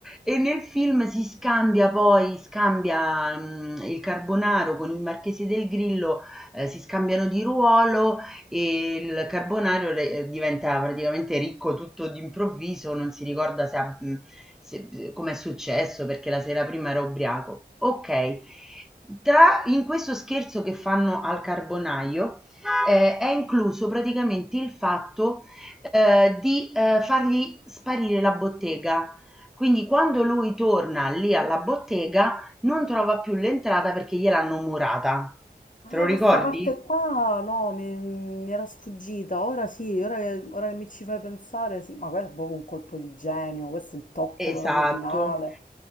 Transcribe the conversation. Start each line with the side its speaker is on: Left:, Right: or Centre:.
Centre: E nel film si scambia poi, scambia mm, il Carbonaro con il Marchese del Grillo, eh, si scambiano di ruolo e il Carbonaro re- eh, diventa praticamente ricco tutto d'improvviso, non si ricorda se ha, mm, se- come è successo perché la sera prima era ubriaco. Ok, tra, in questo scherzo che fanno al Carbonaio eh, è incluso praticamente il fatto ehm, di, ehm, fargli sparire la bottega. Quindi quando lui torna lì alla bottega non trova più l'entrata perché gliel'hanno murata.
Left: Ah,
Centre: Te lo ricordi?
Left: questa parte qua no, mi, mi era sfuggita. Ora sì, ora che, ora che mi ci fai pensare, sì, ma questo è proprio un colpo di genio, questo è il tocco
Centre: Esatto.
Left: proprio finale.